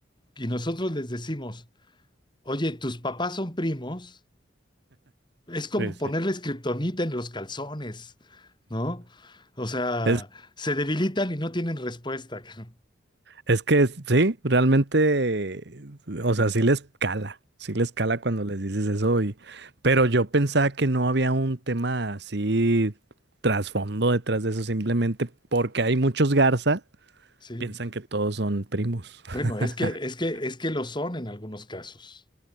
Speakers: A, on the left; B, on the right.
A: y nosotros les decimos, oye, tus papás son primos, es como
B: sí, sí.
A: ponerles kriptonita en los calzones, ¿no? O sea,
B: Es,
A: se debilitan y no tienen respuesta, <laughs>
B: es que sí, realmente, o sea, sí les cala, sí les cala cuando les dices eso. Y, pero yo pensaba que no había un tema así trasfondo detrás de eso, simplemente porque hay muchos Garza,
A: ¿sí?
B: piensan que todos son primos.
A: Bueno,
B: <laughs>
A: es que, es que, es que lo son en algunos casos.